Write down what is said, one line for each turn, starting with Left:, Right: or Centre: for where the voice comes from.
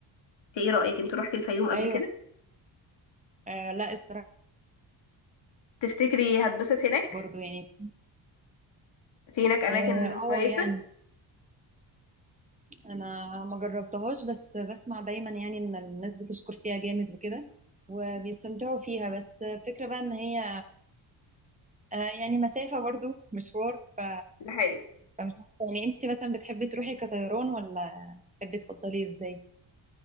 Left: ايه رأيك انت روحتي الفيوم قبل
Right: ايوه
Left: كده
Right: آه لا الصراحة
Left: تفتكري هتبسط هناك
Right: برضو يعني
Left: في هناك اماكن
Right: اه آه،
Left: كويسة
Right: يعني انا ما جربتهاش بس بسمع دايما يعني ان الناس بتشكر فيها جامد وكده وبيستمتعوا فيها بس الفكرة بقى ان هي آه يعني مسافة برضو مشوار ف
Left: ده حقيقي
Right: فمش عارفة يعني انت مثلا بتحبي تروحي كطيران ولا بتحبي تفضلي ازاي؟